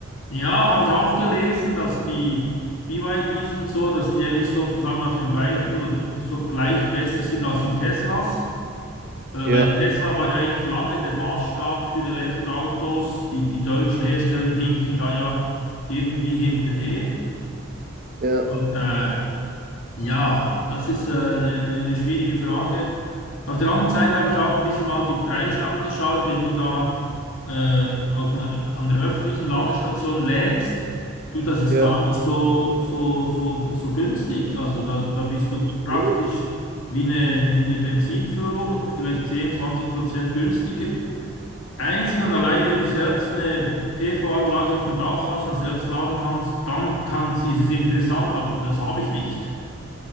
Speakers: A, on the left; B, on the right.
A: Ja, habe ich auch gelesen, dass die BYDs und so, dass die eigentlich sozusagen auf dem gleichen oder so gleich besser sind als die Teslas, äh,
B: Ja,
A: weil Tesla war ja eigentlich lange der Maßstab für Elektroautos. Die, die deutschen Hersteller hinken da ja irgendwie hinterher.
B: ja,
A: Und äh, ja, das ist äh, eine, eine schwierige Frage. Auf der anderen Seite habe ich auch ein bisschen mal die Preise angeschaut. Wenn du da äh, auf einer, an der öffentlichen Ladestation lädst, du, das ist
B: ja.
A: Mhm. gar nicht so, so, so, so günstig. Also da, da bist du praktisch
B: Nee.
A: wie eine, wie eine Benzinfüllung, vielleicht 10 20 Prozent günstiger. Einzig und allein, wenn du selbst eine PV-Anlage auf dem Dach hast und selbst laden kannst, dann kann's, ist es interessant, aber das habe ich nicht.